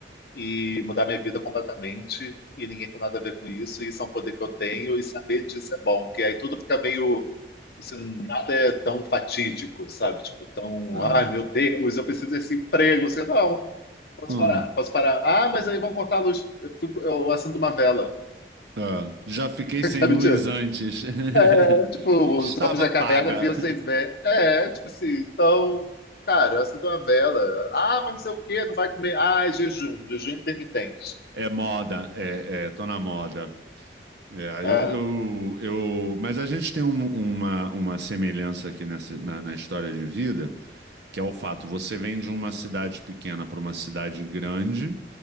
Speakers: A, on the left (about 60°); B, on the right (about 75°).
A: e mudar minha vida completamente e ninguém tem nada a ver com isso. E isso é um poder que eu tenho e saber disso é bom, porque aí tudo fica meio assim, nada é tão fatídico, sabe? Tipo, tão,
B: Ah,
A: ai meu Deus, eu preciso desse emprego. Você, não, posso
B: ah,
A: parar, posso parar. Ah, mas aí vão cortar a luz. Eu, fico, eu acendo uma vela,
B: ah, já fiquei
A: <laughs>
B: sem
A: sabe?
B: luz
A: Tipo,
B: antes.
A: É,
B: <laughs>
A: tipo,
B: Estava
A: os Homens da
B: paga.
A: Caverna viam sem vela. É, tipo assim, então, cara, eu acendo uma vela. Ah, mas não sei o quê, não vai comer. Ah, é jejum, jejum intermitente.
B: É moda, é, é, tô na moda. É,
A: É,
B: eu, eu, eu, mas a gente tem um- uma, uma semelhança aqui nessa, na, na história de vida, que é o fato, você vem de uma cidade pequena para uma cidade grande,